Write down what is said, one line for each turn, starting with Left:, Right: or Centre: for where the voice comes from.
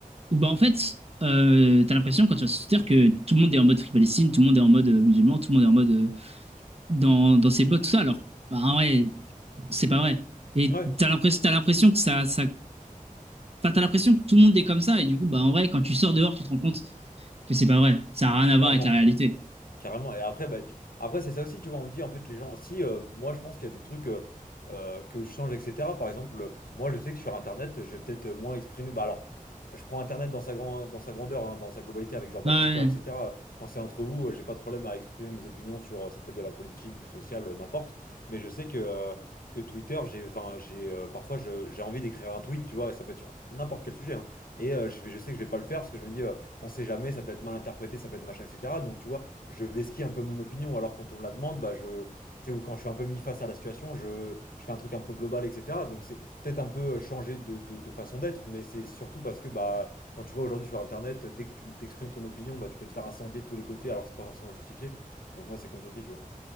Right: Où bah en fait, euh, t'as l'impression quand tu vas sur Twitter que tout le monde est en mode Free Palestine, tout le monde est en mode euh, musulman, tout le monde est en mode euh, dans, dans ses bottes, tout ça. Alors, bah, en vrai, c'est pas vrai. Et
Left: ouais,
Right: t'as l'impression, t'as l'impression que ça, ça... Enfin, t'as l'impression que tout le monde est comme ça. Et du coup, bah en vrai, quand tu sors dehors, tu te rends compte que c'est pas vrai. Ça a rien à
Left: carrément.
Right: voir avec la réalité.
Left: Carrément. Et après, bah, tu- après c'est ça aussi, tu vois, on dit en fait les gens, si euh, moi je pense qu'il y a des trucs euh, euh, que je change, etc. Par exemple, euh, moi je sais que sur Internet, je vais peut-être euh, moins exprimer. Bah alors, je prends Internet dans sa grand... dans sa grandeur, hein, dans sa globalité, avec genre bah,
Right: Ouais. ouais,
Left: Twitter, etc.
Right: ouais.
Left: Quand c'est entre vous, euh, j'ai pas de problème à exprimer mes opinions sur, euh, ça peut être de la politique, du social, euh, n'importe. Mais je sais que, euh, que Twitter, j'ai, enfin, j'ai, euh, parfois je- j'ai envie d'écrire un tweet, tu vois, et ça peut être sur n'importe quel sujet. hein. Et euh, je vais, je sais que je vais pas le faire parce que je me dis, euh, on sait jamais, ça peut être mal interprété, ça peut être machin, etc. Donc tu vois je vesquis un peu mon opinion. Alors quand on me la demande, bah je, tu sais, ou quand je suis un peu mis face à la situation, je, je fais un truc un peu global, etc. Donc c'est peut-être un peu euh, changer de, de- de façon d'être, mais c'est surtout parce que bah quand tu vois aujourd'hui sur Internet, dès que tu t'exprimes ton opinion, bah tu peux te faire incendier de tous les côtés alors que c'est pas forcément justifié. Donc moi c'est comme ça aussi, tu vois.